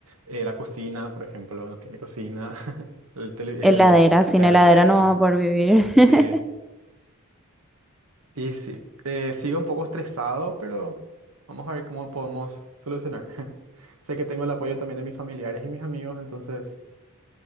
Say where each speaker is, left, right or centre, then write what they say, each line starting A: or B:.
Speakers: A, on the right; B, in the centre.
A: eh, la cocina, por ejemplo, no tiene cocina, <laughs> el tele-
B: Heladera,
A: el-
B: sin
A: la
B: heladera
A: heladera,
B: no vamos a poder vivir. <laughs>
A: sí. Y sí, eh, sigo un poco estresado, pero vamos a ver cómo podemos solucionar. <laughs> Sé que tengo el apoyo también de mis familiares y mis amigos, entonces,